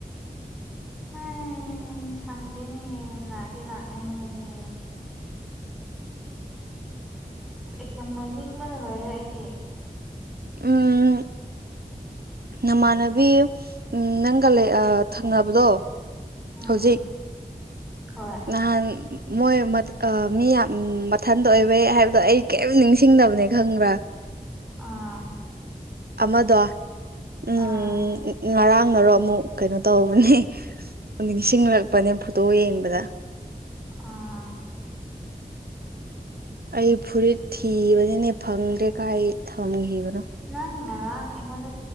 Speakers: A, in the centre; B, on the right.
A: ꯍꯥ ꯁꯪꯗꯦꯅꯦ ꯂꯥꯛꯇꯦ ꯂꯥꯛꯇꯤ ꯂꯥꯛꯅꯤꯡꯕꯅꯦ ꯑꯁ ꯑꯦꯛꯖꯥꯝ ꯂꯣꯏꯅꯤꯡꯕꯅ ꯂꯣꯏꯔꯦ ꯑꯩꯗꯤ
B: ꯎꯝ ꯅꯃꯥꯟꯅꯕꯤ ꯅꯪꯒ ꯂꯩ ꯊꯪꯅꯕꯗꯣ
A: ꯎꯝ
B: ꯍꯧꯖꯤꯛ
A: ꯍꯣꯏ
B: ꯅꯍꯥꯟ ꯃꯣꯏ ꯃꯤ ꯌꯥꯝ ꯃꯊꯟꯇ ꯑꯣꯏꯕꯩ ꯍꯥꯏꯕꯗꯣ ꯑꯩ ꯀꯩꯝ ꯅꯤꯡꯁꯤꯡꯗꯕꯅꯦ ꯈꯪꯕ꯭ꯔꯥ
A: ꯑꯥ
B: ꯑꯃꯗꯣ ꯎꯝ
A: ꯑꯥ
B: ꯉꯔꯥꯡꯔꯣ ꯑꯃꯨꯛ ꯀꯩꯅꯣ ꯇꯧꯕꯅꯦ ꯅꯤꯡꯁꯤꯡꯂꯛꯄꯅꯦ ꯐꯣꯇꯣ ꯌꯦꯡꯕꯗ
A: ꯑꯥ
B: ꯑꯩ ꯐꯨꯔꯤꯠ ꯊꯤꯕꯅꯤꯅꯦ ꯐꯪꯗ꯭ꯔꯦ ꯀꯥꯏ ꯊꯝꯈꯤꯕꯅꯣ
A: ꯅꯪ ꯉꯔꯥꯡ ꯑꯩꯉꯣꯟꯗ